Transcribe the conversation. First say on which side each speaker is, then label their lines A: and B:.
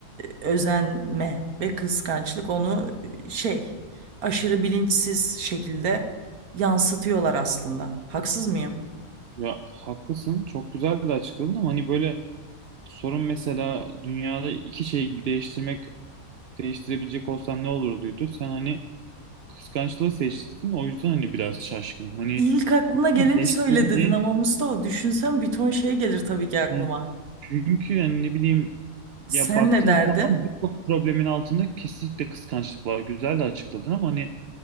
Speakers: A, on the right (about 80°); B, on the right (about 60°).
A: özenme ve kıskançlık onu e, şey aşırı bilinçsiz şekilde yansıtıyorlar aslında. Haksız mıyım?
B: Ya haklısın. Çok güzel de açıkladın ama hani böyle sorun mesela dünyada iki şeyi değiştirmek değiştirebilecek olsan ne olurduydu? Sen hani kıskançlığı seçtin. O yüzden hani biraz şaşkınım. Hani
A: İlk aklına geleni
B: değiştirebileceğin
A: söyle dedin ama Mustafa düşünsem bir ton şey gelir tabii ki aklıma.
B: hani çünkü yani ne bileyim ya
A: Sen
B: baktığın
A: ne derdin?
B: zaman birçok problemin altında kesinlikle kıskançlık var. Güzel de açıkladın ama hani